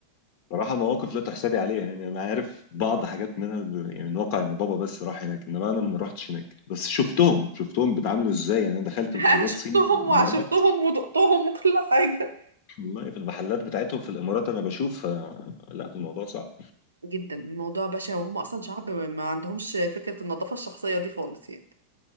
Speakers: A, on the left; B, on the right.
A: صراحة مواقف لا تحسدي عليها يعني أنا عارف بعض حاجات منها ب- يعني من واقع إن بابا بس راح هناك إنما أنا ما رحتش هناك بس شفتهم شفتهم بيتعاملوا إزاي يعني أنا
B: <laughs>
A: دخلت محلات
B: انا شفتهم
A: صين في الإمارات
B: وعاشرتهم ودقتهم وكل حاجه
A: والله في المحلات بتاعتهم في الإمارات أنا بشوف آه، لا الموضوع صعب
B: جدا الموضوع بشع وهم اصلا شعب ما عندهمش فكره النظافه الشخصيه دي خالص يعني